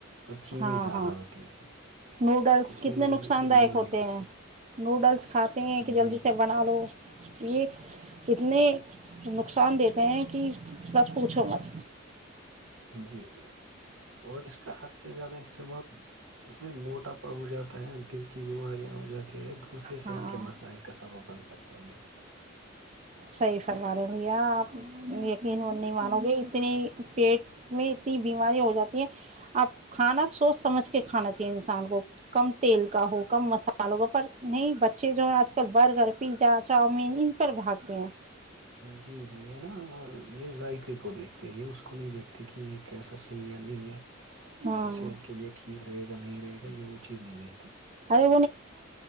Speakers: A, on the right; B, on the right.
A: اور چینی
B: ہاں
A: زیادہ
B: ہاں
A: ہوتی ہے اس میں
B: نوڈلس
A: اسی
B: کتنے
A: وجہ سے
B: نقصان
A: پھر بیماریاں
B: دائک ہوتے
A: ہوتی
B: ہیں نوڈلس کھاتے ہیں کہ
A: جی
B: جلدی
A: جی
B: سے بنا لو یہ اتنے نقصان دیتے ہیں کہ بس پوچھو مت
A: جی جی اور اس اس کا حد سے زیادہ استعمال اس میں موٹا ہو جاتا ہے دل کی بیماریاں ہو جاتی یہ دوسرے صحیر
B: ہاں
A: کے مسائل کا سبب بن سکتے ہیں تیے
B: صحیح فرما رہے بھیا آپ یقین نہیں مانو گے اتنی پیٹ میں اتنی بیمارییا ہو جاتی ہیں آپ کھانا سوچ سمجھ کے کھانا چاہیے انسان کو کم تیل کا ہو کم مسالوں کا پر نہیں بچے جو ہیں آج کل برگرھر پی جات چاؤمین ان پر بھاگتے ہیں
A: جی جی یہ نا یہ ذائقے کو دیکھتے یہ اس کو نہیں دیکھتے کہ یہ کیسا صحیح ہے نہیں ہے
B: ہاں
A: صحت کے لیے ٹھیک رہے گا نہیں رہے گا یہ وہ چیز نہیں دیکھتے
B: ارے